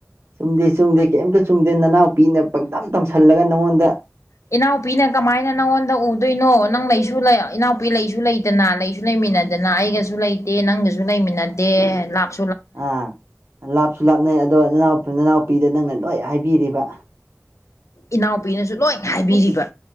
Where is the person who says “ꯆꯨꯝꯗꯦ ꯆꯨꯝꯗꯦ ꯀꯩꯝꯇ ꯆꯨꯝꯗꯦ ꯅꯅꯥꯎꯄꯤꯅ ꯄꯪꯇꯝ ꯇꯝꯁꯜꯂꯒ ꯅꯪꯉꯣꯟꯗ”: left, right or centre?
Right